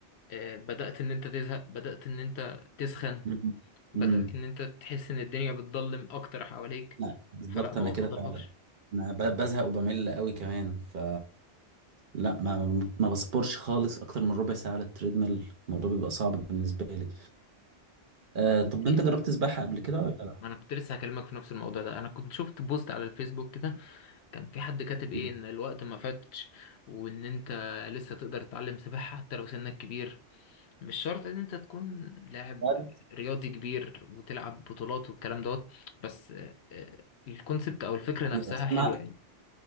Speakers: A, on the left (about 70°); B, on the right (about 50°).
A: آه، بدأت ان انت تزهق بدأت ان انت تسخن
B: مم.
A: بدأت
B: مم.
A: ان انت تحس ان الدنيا بتضلم اكتر حواليك
B: لا بالظبط
A: فلا ما
B: انا كده
A: بفضلهاش
B: فعلا ما ب- بزهق وبمل قوي كمان ف لا ما ما بصبرش خالص اكتر من ربع ساعه على التريدميل الموضوع بيبقى صعب بالنسبه لي آه طب
A: اوكي
B: انت
A: انا
B: جربت سباحه قبل كده ولا لا
A: ما انا كنت لسه هكلمك في نفس الموضوع ده انا كنت شفت بوست على الفيسبوك كده كان في حد كاتب ايه
B: مم.
A: ان الوقت ما فاتش وان انت لسه تقدر تتعلم سباحة حتى لو سنك كبير مش شرط ان انت تكون لاعب
B: لا، بس-
A: رياضي كبير وتلعب بطولات والكلام دوت بس آه، آه، الكونسبت او الفكرة نفسها
B: بس
A: حلوة
B: ما-
A: يعني